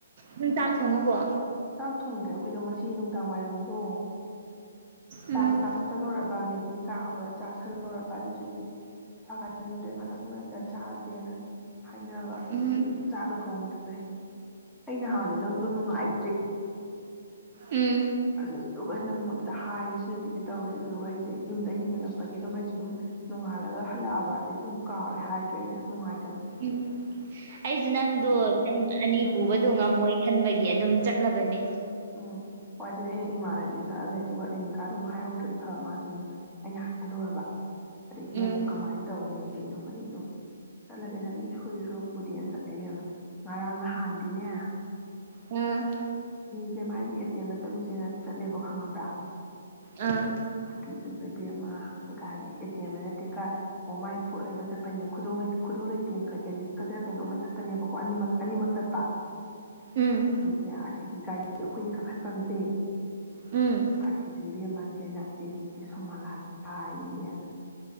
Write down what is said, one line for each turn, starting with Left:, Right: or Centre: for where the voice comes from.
Right: ꯅꯪ ꯆꯥꯛ ꯊꯣꯡꯉꯕꯣ
Centre: ꯆꯥꯛ ꯊꯣꯡꯗ꯭ꯔꯦ ꯑꯩꯈꯣꯏꯗꯣ ꯉꯁꯤ ꯅꯨꯡꯗꯥꯡ ꯋꯥꯏꯔꯝꯗꯣ ꯆꯥ
Right: ꯎꯝ
Centre: ꯀꯩꯀꯥ ꯊꯛ ꯆꯜꯂꯣꯔꯕꯥ ꯃꯦꯒꯤ ꯀꯥ ꯍꯧꯔ ꯆꯥꯥꯁꯜꯍꯧꯔꯕ ꯑꯗꯨꯗꯨꯒꯤ ꯆꯥꯛ ꯆꯅꯤꯡꯗꯔꯤ ꯉꯥꯇꯪ ꯂꯩꯔꯒ ꯆꯥꯖꯦꯅ ꯍꯥꯏꯅꯕ ꯑꯗꯨꯗꯨꯒꯤ
Right: ꯎꯝ
Centre: ꯆꯥꯛꯀ ꯊꯣꯡꯗꯔꯤ ꯕꯔ꯭ꯦ <unintelligible> ꯑꯩ ꯅ ꯍꯥꯟꯅ ꯅꯪꯗꯣ ꯅꯨꯡꯉꯥꯏ
Right: ꯎꯝ
Centre: ꯑꯗꯨꯗꯨꯒ ꯅꯪꯗꯣ ꯑꯝꯇ ꯍꯥꯏꯒꯦ ꯁꯤ ꯅꯨꯄꯤꯁꯦ ꯇꯧꯋꯦ ꯑꯗꯨꯗꯨꯒ ꯑꯩꯖꯦ ꯌꯨꯝꯗ ꯑꯍꯤꯡꯂꯦꯛꯂꯛꯄꯒꯤ ꯑꯗꯨꯝ ꯑꯩꯖꯨ ꯗꯨꯝ ꯅꯣꯡꯉꯥꯜꯂꯒ ꯍꯜꯂꯛꯑꯕ ꯗꯩꯗꯨꯝ ꯀꯥꯎꯔꯦ ꯍꯥꯏꯗ꯭ꯔꯦ ꯑꯩꯅ ꯅꯨꯡꯉꯥꯏ
Right: ꯎꯝ ꯑꯩꯖꯨ ꯅꯪꯗꯣ ꯅꯪ ꯑꯅꯤ
Centre: ꯎꯝ
Right: ꯄꯨꯕꯗꯣ ꯉꯝꯃꯣꯏ ꯈꯟꯕꯒꯤ ꯑꯗꯨꯝ ꯆꯠ ꯂꯕꯅꯤ
Centre: ꯎꯝ ꯍꯣꯏ ꯑꯗꯨꯗꯤ ꯑꯩꯅ ꯏꯃꯥꯟꯅꯕꯤꯁꯨ ꯁꯛꯍꯜꯂꯦ ꯑꯗꯨꯒ ꯂꯤꯅꯤꯀꯥꯗꯣ ꯑꯃꯨꯛ ꯍꯥꯏꯍꯧꯗ꯭ꯔꯗꯤ ꯐꯕ ꯃꯥꯁꯨ ꯑꯃꯨꯛ ꯑꯩꯅ ꯍꯥꯏꯖꯜꯂꯨꯔꯕ ꯑꯗꯒꯤ
Right: ꯎꯝ
Centre: ꯑꯃꯨꯛ ꯀꯃꯥꯏꯅ ꯇꯧꯅꯤ ꯑꯗꯨꯝ ꯑꯩꯗꯣ ꯆꯠꯂꯒꯦꯗ ꯑꯩ ꯁꯣꯏꯗ ꯁꯣꯔꯛ ꯄꯨꯗꯦꯅ ꯆꯠꯂꯦ ꯏꯕ‌ꯦꯝꯃꯥ ꯉꯔꯥꯡ ꯅꯍꯥꯟꯗꯤꯅꯦ
Right: ꯑꯝ
Centre: ꯦ ꯃꯥꯒꯤ ꯑꯦ ꯇꯤ ꯑꯦꯝꯗ ꯆꯠꯂꯨꯁꯦꯅ ꯆꯠꯂꯦꯕ ꯈꯪꯉꯕ꯭ꯔꯥ
Right: ꯑꯥ
Centre: ꯑꯗꯨꯗꯨ ꯂꯩꯕꯤ ꯑꯃ ꯒꯥꯔꯤ ꯑꯦꯇꯦꯝ ꯅꯠꯇꯦ ꯑꯣ ꯃꯥꯏ ꯄꯣꯠ ꯂꯩꯕ ꯆꯠꯄꯅꯦ ꯈꯨꯗꯣꯜ ꯂꯩꯇꯦꯡꯒ ꯑꯦꯂꯤꯁꯀꯗꯔ ꯀꯩꯅꯣꯝ ꯆꯠꯄꯅꯦꯕꯀꯣ ꯑꯅꯤꯃꯛ ꯑꯅꯤꯃꯛ ꯆꯠꯄ
Right: ꯎꯝ
Centre: <unintelligible> ꯑꯗꯒꯤ ꯒꯥꯔꯤ ꯑꯩꯈꯣꯏꯒꯤ ꯀꯥꯈꯠꯐꯝꯁꯦ
Right: ꯎꯝ
Centre: ꯑ ꯁꯤꯗꯅ‌ꯦ ꯏꯕ‌ꯦꯝꯃꯥ <unintelligible> ꯆ‌ꯦ ꯁ‌ꯣꯃ‌ꯣꯂꯥ ꯇꯥꯔꯤꯅꯤꯅ‌ꯦ